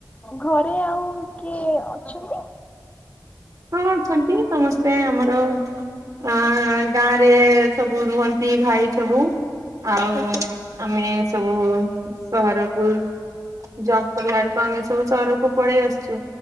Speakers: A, on the left; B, on the right.
A: ଘରେ ଆଉ କିଏ ଅଛନ୍ତି?
B: ହଁ ଅଛନ୍ତି, ସମସ୍ତେ ଆମର ଆଁ ଗାଁରେ ସବୁ ରୁହନ୍ତି, ଭାଇ ସବୁ। ଆଉ,
A: ଆଜ୍ଞା
B: ଆମେ ସବୁ ସହରକୁ ଜବ କଲା ବେଳକୁ, ଆମେ ସବୁ ସହରକୁ ପଳେଇ ଆସିଛୁ,